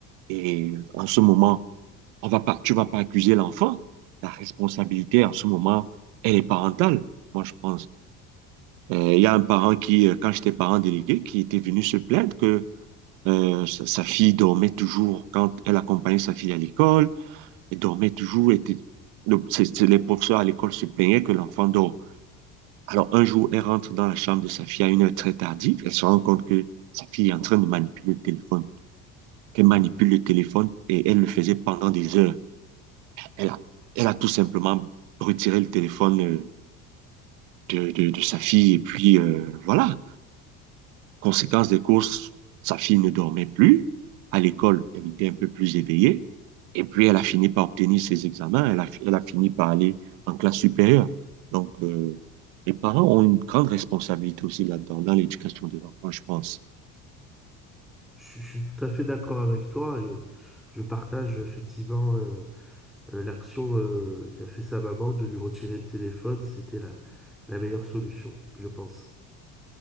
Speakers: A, on the right; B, in the centre.
A: et en ce moment, on va pas, tu vas pas accuser l'enfant. La responsabilité en ce moment, elle est parentale, moi je pense. Euh, Il y a un parent qui, euh, quand j'étais parent délégué, qui était venu se plaindre que euh, sa, sa fille dormait toujours quand elle accompagnait sa fille à l'école, elle dormait toujours, était, le- c'est- c'est- les professeurs à l'école se plaignaient que l'enfant dort. Alors, un jour, elle rentre dans la chambre de sa fille à une heure très tardive. Elle se rend compte que sa fille est en train de manipuler le téléphone, qu'elle manipule le téléphone et elle le faisait pendant des heures. Elle a, elle a tout simplement retiré le téléphone euh, de, de, de sa fille et puis euh, voilà. Conséquence des courses, sa fille ne dormait plus. À l'école, elle était un peu plus éveillée. Et puis, elle a fini par obtenir ses examens. Elle a, elle a fini par aller en classe supérieure. Donc, euh, les parents ont une grande responsabilité aussi là-dedans, dans l'éducation des enfants, je pense.
B: Je, je suis tout à fait d'accord avec toi et je partage effectivement euh, euh, l'action euh, qu'a fait sa maman de lui retirer le téléphone. C'était la, la meilleure solution, je pense.